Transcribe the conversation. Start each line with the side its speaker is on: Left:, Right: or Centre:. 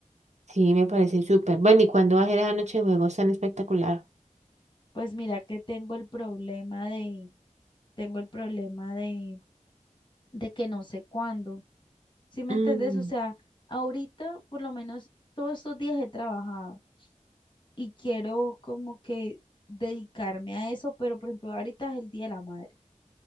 Right: Sí, me parece súper. Bueno, ¿y cuándo va a ser la noche de juegos tan espectacular?
Left: Pues mira que tengo el problema de, tengo el problema de, de que no sé cuándo. ¿Sí me
Right: Mm,
Left: entendés? O sea, ahorita por lo menos todos estos días he trabajado y quiero como que dedicarme a eso, pero por ejemplo ahorita es el Día de la Madre.